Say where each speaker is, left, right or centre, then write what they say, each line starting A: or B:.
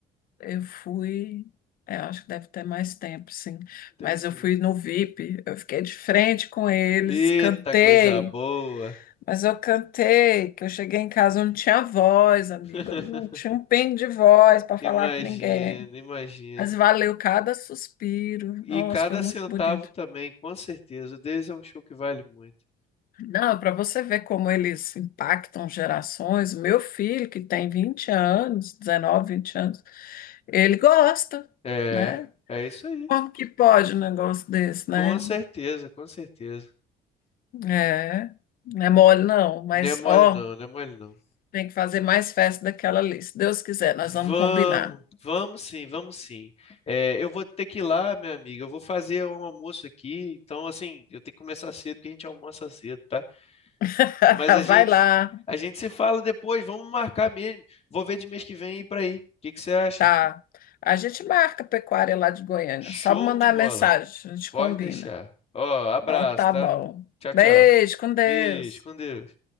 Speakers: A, on the left; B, on the left.
A: eu fui. é, acho que deve ter mais tempo, sim.
B: Entendi.
A: Mas eu fui no VIP, eu fiquei de frente com eles,
B: Eita,
A: cantei,
B: coisa boa.
A: mas eu cantei, que eu cheguei em casa, eu não tinha voz, amigo,
B: <laughs>
A: eu não tinha um pingo de voz para falar
B: Imagino,
A: com ninguém.
B: imagino.
A: Mas valeu cada suspiro.
B: E
A: Nossa,
B: cada
A: foi muito
B: centavo
A: bonito.
B: também, com certeza. O deles é um show que vale muito.
A: Não, para você ver como eles impactam gerações, meu filho, que tem 20 anos, 19, 20 anos, ele gosta,
B: É,
A: né?
B: é isso aí.
A: Como que pode um negócio desse,
B: Com
A: né?
B: certeza, com certeza.
A: É, não é mole não, mas
B: Não é mole
A: ó,
B: não, não é mole não.
A: tem que fazer mais festa daquela ali. Se Deus quiser, nós vamos
B: Vamos,
A: combinar.
B: vamos sim, vamos sim. É, eu vou ter que ir lá, minha amiga. Eu vou fazer um almoço aqui, então assim, eu tenho que começar cedo, porque a gente almoça cedo, tá?
A: <laughs>
B: Mas a gente,
A: Vai lá,
B: a gente se fala depois, vamos marcar mesmo. Vou ver de mês que vem ir pra aí. O que que você acha?
A: tá. A gente marca a pecuária lá de Goiânia.
B: Show
A: Só mandar
B: de bola.
A: mensagem, a gente
B: Pode
A: combina.
B: deixar. Ó, abraço,
A: Então tá
B: tá?
A: bom.
B: Tchau, tchau.
A: Beijo, com Deus.
B: Beijo, com Deus.